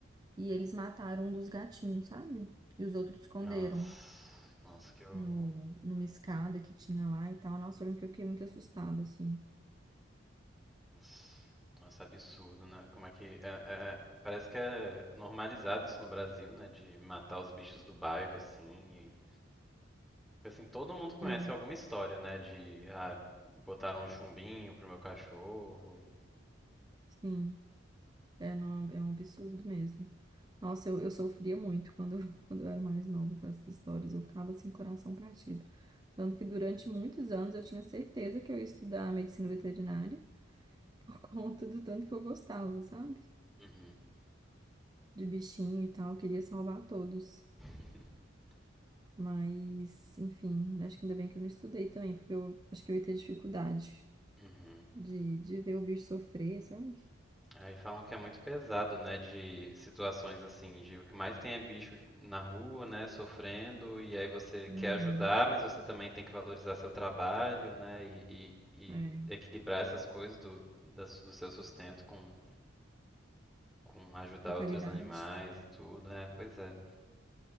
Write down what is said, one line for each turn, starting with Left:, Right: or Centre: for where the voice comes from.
Right: e eles mataram um dos gatinhos, sabe? E os outros esconderam.
Centre: Nossa, nossa, que horror.
Right: no, numa escada que tinha lá e tal. Nossa, eu lembro que eu fiquei muito assustada, assim.
Centre: Nossa, nossa, absurdo, né? Como é que. é- é- é, parece que é normalizado isso no Brasil, né? De matar os bichos do bairro, assim. E, assim, todo mundo conhece
Right: É,
Centre: alguma história, né? De. Ah, botaram um chumbinho pro meu cachorro.
Right: sim, é, não, é um absurdo mesmo. Nossa, eu, eu sofria muito quando, eu- <laughs> quando eu era mais nova com essas histórias. Eu ficava assim, coração partido. Tanto que durante muitos anos eu tinha certeza que eu ia estudar medicina veterinária por <laughs> conta do tanto que eu gostava, sabe?
Centre: Uhum.
Right: De bichinho e tal, eu queria salvar todos.
Centre: <laughs>
Right: Mas, enfim, acho que ainda bem que eu não estudei também, porque eu acho que eu ia ter dificuldade.
Centre: Uhum.
Right: de, de ver o bicho sofrer, sabe?
Centre: Aí falam que é muito pesado, né, de situações assim, de o que mais tem é bicho de- na rua, né, sofrendo, e aí você quer
Right: Uhum.
Centre: ajudar, mas você também tem que valorizar seu trabalho, né, e, e- e
Right: É,
Centre: equilibrar essas coisas do, da su- do seu sustento com, com ajudar
Right: com a caridade.
Centre: outros animais e tudo, né, pois é.